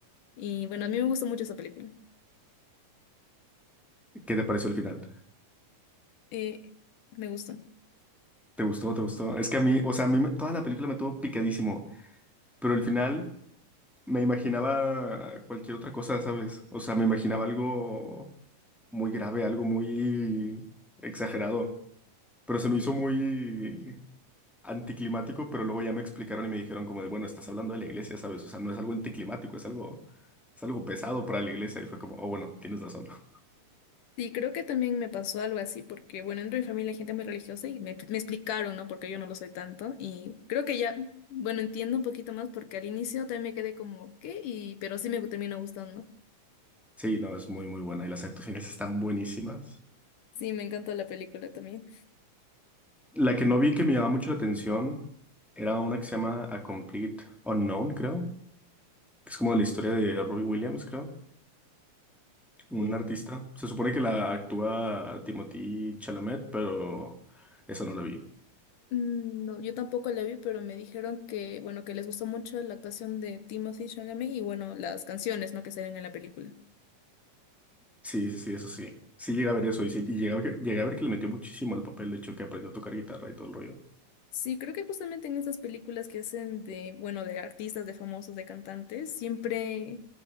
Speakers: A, on the left; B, in the centre.
A: Y bueno, a mí me gustó mucho esa película.
B: ¿Qué te pareció el final?
A: Eh, me gustó.
B: ¿Te gustó? ¿Te gustó? Es que a mí, o sea, a mí me- toda la película me tuvo picadísimo, pero al final me imaginaba cualquier otra cosa, ¿sabes? O sea, me imaginaba algo muy grave, algo muy exagerado, pero se me hizo muy anticlimático, pero luego ya me explicaron y me dijeron como de, bueno, estás hablando de la iglesia, ¿sabes? O sea, no es algo anticlimático, es algo, es algo pesado para la iglesia y fue como, oh, bueno, tienes razón. <laughs>
A: Y creo que también me pasó algo así, porque bueno, dentro de mi familia hay gente muy religiosa y me, me explicaron, ¿no? Porque yo no lo soy tanto. Y creo que ya, bueno, entiendo un poquito más porque al inicio también me quedé como, ¿qué? Y, pero sí me terminó gustando.
B: Sí, no, es muy, muy buena y las actuaciones están buenísimas.
A: Sí, me encanta la película también.
B: La que no vi que me llamaba mucho la atención era una que se llama A Complete Unknown, creo, que es como la historia de Robbie Williams, creo, un
A: Sí.
B: artista. Se supone que la actúa Timothée Chalamet, pero esa no la vi.
A: Mm, No, yo tampoco la vi, pero me dijeron que, bueno, que les gustó mucho la actuación de Timothy Chalamet y bueno, las canciones, ¿no? Que salen en la película.
B: Sí, sí, sí, eso sí. Sí llegué a ver eso y, sí, y llegué a ver, llegué a ver que le metió muchísimo al papel, de hecho, que aprendió a tocar guitarra y todo el rollo.
A: Sí, creo que justamente en esas películas que hacen de, bueno, de artistas, de famosos, de cantantes, siempre,